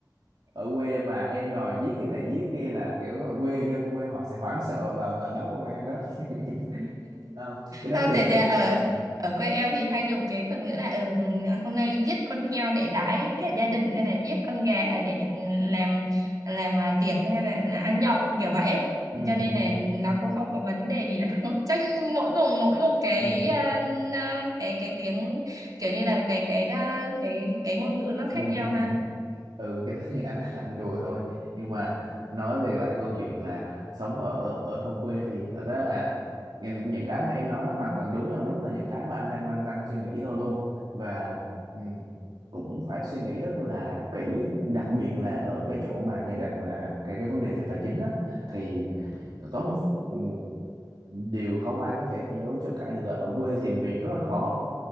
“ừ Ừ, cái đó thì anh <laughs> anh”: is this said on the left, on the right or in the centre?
Right